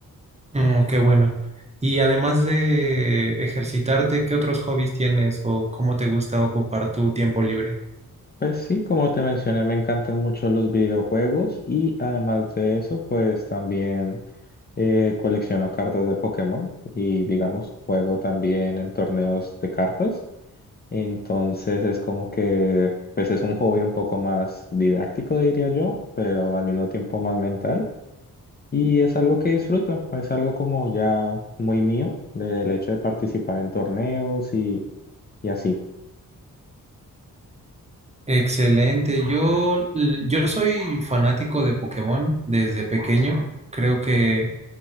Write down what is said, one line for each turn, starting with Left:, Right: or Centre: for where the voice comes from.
Right: Mm, qué bueno. Y además de ejercitarte, ¿qué otros hobbies tienes o cómo te gusta ocupar tu tiempo libre?
Left: Pues sí, como te mencioné, me encantan mucho los videojuegos y además de eso, pues también eh, colecciono cartas de Pokémon y digamos, juego también en torneos de cartas. Entonces es como que, pues es un hobby un poco más didáctico, diría yo, pero al mismo tiempo más mental. Y es algo que disfruto, es algo como ya muy mío, el hecho de participar en torneos y así.
Right: Excelente. Yo, yo soy fanático de Pokémon desde pequeño. Creo que